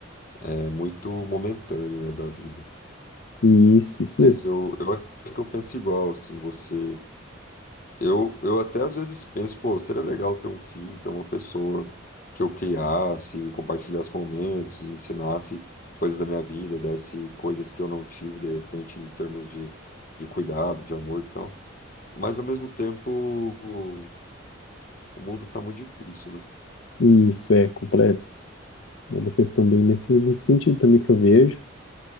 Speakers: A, on the left; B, on the left.
A: é muito momentânea, né, da vida.
B: E isso, isso
A: Mas
B: mesmo.
A: eu, eu acho que eu penso igual, assim, você. Eu, eu até às vezes penso, pô, seria legal ter um filho, ter uma pessoa que eu criasse, compartilhasse momentos, ensinasse coisas da minha vida, desse coisas que eu não tive, de repente, em termos de, de cuidado, de amor e tal. Mas ao mesmo tempo, o, o mundo tá muito difícil, né?
B: E isso é completo. É uma questão bem nesse, nesse sentido também que eu vejo.